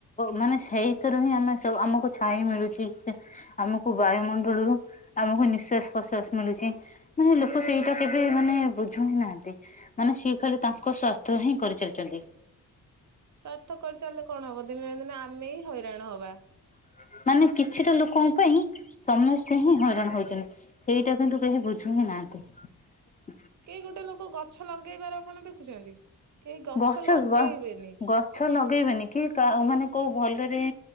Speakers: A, on the left (about 20°); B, on the right (about 50°).
A: ମାନେ, ସେଇଥିରୁ ହିଁ ଆମେୁ ଆମକୁ ଛାଇ ମିଳୁଛି। ସେ ଆମକୁ ବାୟୁମଣ୍ଡଳରୁ ଆମକୁ ନିଃଶ୍ଵାସ ପ୍ରଶ୍ଵାସ ମିଳୁଛି ମାନେ ଲୋକ ସେଇଟା କେବେ ମାନେ ବୁଝ ଛୁଇଁ ନାହାନ୍ତି ମାନେ ସିଏ ଖାଲି ତାଙ୍କ ସ୍ୱାର୍ଥ ହିଁ କରିଚାଲିଛନ୍ତି
B: ସ୍ଵାର୍ଥ କରିଚଲିଲେ କଣ ହବ ଦିନନା ଦିନେ ଆମେ ହିଁ ହଇରାଣ ହବା
A: <unintelligible> ମାନେ କିଛିଟା ଲୋକଙ୍କ ପାଇଁ ସମସ୍ତେ ହିଁ ହଇରାଣ ହଉଛନ୍ତି ସେଇଟା କିନ୍ତୁ କେହି ବୁଝୁ ହିଁ ନାହାନ୍ତି ହ <unintelligible>
B: କେଇ ଗୋଟେ ଲୋକ ଗଛ ଲଗେଇବାର ଆପଣ ଦେଖୁଛନ୍ତି କେହି
A: ଗଛ
B: ଲଗେଇବେନି
A: ଗଛ ଲଗେଇବେନି କି ମାନେ କୋଉ ଭଲରେ